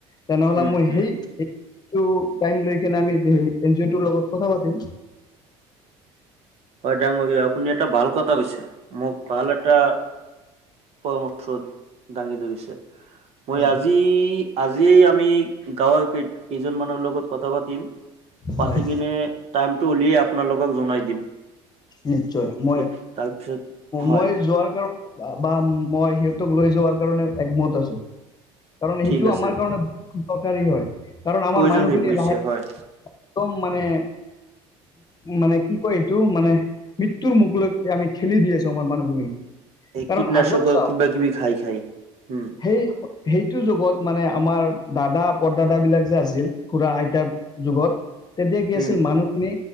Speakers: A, on the left; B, on the right.
A: তেনেহলে
B: হম
A: মই
B: হম
A: সেইটো টাইম লৈ সেই আমি এন জি অ' ৰ লগত কথা পাতিম।
B: ডাঙৰীয়াই আপুনি এটা ভাল কথা কৈছে মোক ভাল এটা, পৰামৰ্শ দাঙি ধৰিছে, মই
A: হয়
B: আজি আজিয়েই আমি গাঁৱৰ ক কেইজনমানৰ লগত কথা পাতিম পাতি
A: হয়
B: কিনে টাইমটো উলিয়াই আপোনালোকক জনাই দিম।
A: নিশ্চয় মই
B: এ তাৰপিছত হয়
A: মই যোৱাৰ কাৰ, বা মই সিহঁতক লৈ যোৱাৰ কাৰণে একমত আছো। কাৰণ সেইটো
B: ঠিক আছে।
A: আমাৰ কাৰণে বহুত দৰকাৰী হয়, কাৰণ আমাৰ
B: প্ৰয়োজন
A: মানুহ
B: হৈ
A: খিনি
B: পৰিছে
A: লাহে
B: হয়
A: একদম মানে, মানে কি কয় এইটো মানে মৃত্যুৰ মুখলৈকে আমি খেলি দিয আছো আমাৰ মানুহখিনি।
B: এই
A: কাৰণ
B: কীটনাশকৰ
A: আগত চাওক
B: কিবা কিবি খাই খাই। উম
A: সেই, সেই প্ৰতিটো যুগত মানে আমাৰ দাদা, পৰদাদা বিলাক যে আছিল, খুৰা আইতাৰ যুগত। তেতিয়া কি আছিল
B: উম
A: মানুহখিনি